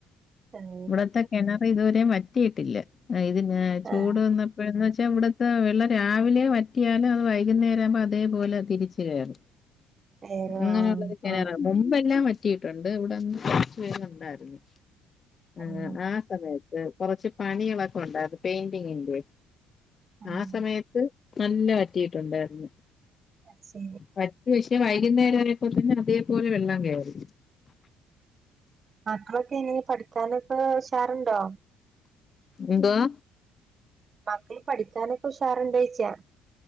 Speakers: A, on the right; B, on the left.
A: ആഹ്
B: ഇവിടത്തെ കിണറ് ഇതുവരെ വറ്റിയിട്ടില്ല ഇതിന ചൂട്
A: ആഹ്
B: വന്നപ്പോഴന്ന് വെച്ചാ ഇവിടെ ഇവടുത്തെവെള്ളം രാവിലെ വറ്റിയാലും അത് വൈകുന്നേരം ആവുമ്പോ അതേപോലെ തിരിച്ചു കയറും
A: ഏഹ്
B: അങ്ങനെയുളള
A: ആഹ്
B: ഒരു കിണറാ
A: ആഹ്
B: മുമ്പെല്ലാം വറ്റിയിട്ടുണ്ട് ഇവിടെന്ന് കുറച്ച വരുന്നുണ്ടായിരുന്നു
A: ഉം
B: ആ ആ സമയത്ത് കൊറച്ച് പണികളൊക്കെ ഉണ്ടായിരുന്നു പെയിന്റിങ്ങിന്റെ
A: ഉം
B: ആ സമയത്ത് നന്ന വറ്റിയിട്ടുണ്ടായിരുന്നു
A: അത് ശരി
B: വറ്റി പക്ഷേ വൈകുന്നേര ആയപ്പോത്തേന് തന്നെ അതേപോലെ വെള്ളം കയറി
A: മക്കളൊക്കെ ഇനി പഠിക്കാനൊക്കെ ഉഷാറുണ്ടോ
B: എന്തുവാ
A: മക്കള് പഠിക്കാനൊക്കെ ഉഷാറുണ്ടോ ചോദിച്ചായാ